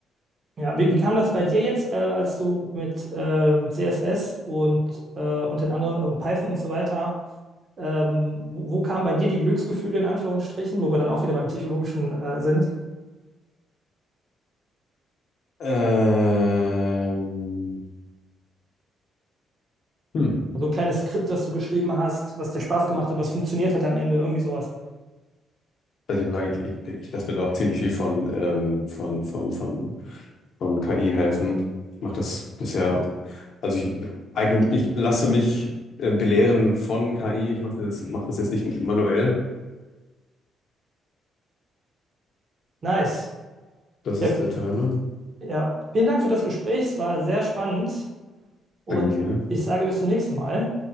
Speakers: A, on the right (about 40°); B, on the left (about 55°).
A: Ja, wie, wie kam das bei dir jetzt, äh, als du mit ähm, CSS und, äh, und den anderen äh, und Python und so weiter, ähm, wo, wo kamen bei dir die Glücksgefühle in Anführungsstrichen, wo wir dann auch wieder beim Psychologischen äh, sind?
B: Ähm, hm.
A: So ein kleines Skript, was du geschrieben hast, was dir Spaß gemacht hat, was funktioniert hat am Ende, irgendwie sowas.
B: Also ich muss sagen, ich, ich, ich lasse mir da auch ziemlich viel von, ähm, von, von, von, von KI helfen. Ich mache das bisher, also ich eigne, ich lasse mich äh, belehren von KI. Ich mache das, mach das jetzt nicht manuell.
A: Nice.
B: Das ist
A: Ja, f-
B: der Timer.
A: ja, vielen Dank für das Gespräch, es war sehr spannend und
B: Danke dir.
A: ich sage bis zum nächsten Mal.